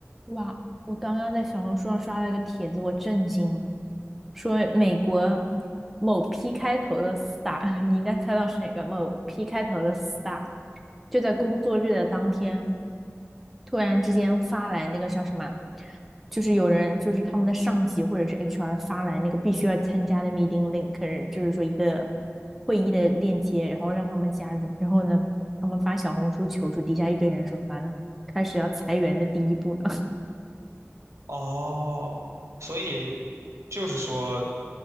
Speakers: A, in the centre; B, on the right (about 75°).
A: 哇，我刚刚在小红书上刷了一个帖子，我震惊，说美国某 P 开头的四大，<laughs> 你应该猜到是哪个？某 P 开头的四大，就在工作日的当天，突然之间发来那个叫什么，就是有人就是他们的上级或者是 HR 发来那个必须要参加的 meeting link，可是就是说一个会议的链接，然后让他们加入，然后呢，他们发小红书求助，底下一堆人说完了，开始要裁员的第一步了。
B: 哦，所以就是说